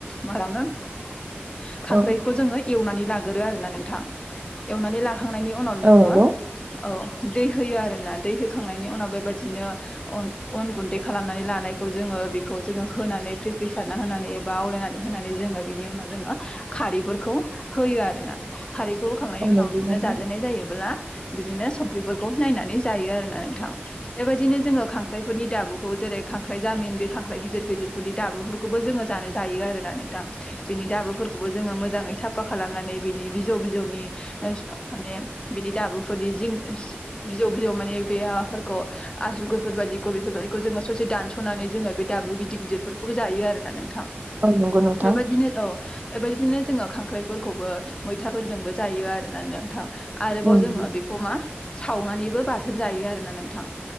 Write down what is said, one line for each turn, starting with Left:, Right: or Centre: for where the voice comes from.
Left: माखालामो। खांख्राइखौ
Right: औ
Left: जोंङो एवनानै लागोरो आरोना नोंथां। एवनानै लाखांनायनि उनाव जोङो
Right: नंगौ
Left: औ दै होयो आरोना दै होखांनायनि उनाव बेबायदिनो अन गुन्दै खालामनानै लानायखौ जोङो बेखौ जोङो होनानै फ्रि फ्रिसारना होनानै बा आवलायनानै होनानै जोङो बिनि उनाव जोङो खारैफोरखौ होयो आरोना खारैखौ होखांनायनि
Right: औ
Left: उनाव
Right: नंगौ
Left: बिदिनो जाजानाय जायोब्ला बिदिनो संख्रिफोरखौ नायनानै जायो आरोना नोंथां बेबायदिनो जोङो खांख्राइफोरनि दाबु खौ जेरै खांख्राइ जामिन बे खांख्राइ गिदिर गिदिरफोरनि दाबुफोरखौबो जोङो जानो जायो आरोना नोंथां। बिनि दाबुफोरखौबो जोङो मोजाङै साफा खालामनानै बिनि बिजौ बिजौनि माने बिनि दाबुफोरनि जिं। बिजौ बिजौ माने बे ओ माफोरखौ आसुगुरफोर बायदिखौ बेफोरबायदिखौ जोंङो ससे दानस'नानै जोंङो बे। दाबु गिदिर गिदिरफोरखौबो जायो आरो ना नोंथां।
Right: औ नंगौ नोंथां औ नंगौ नोंथां
Left: बेबायदिनो औ बेबायदिनो जोंङो खांख्राइफोरखौबो। मैथाफोरजोंबो जायो आरो नोंथां। आरोबाव
Right: औ नंगौ
Left: जोंङो बे बेखौ मा सावनानैबो बाथोन जायो आरोना नोंथां।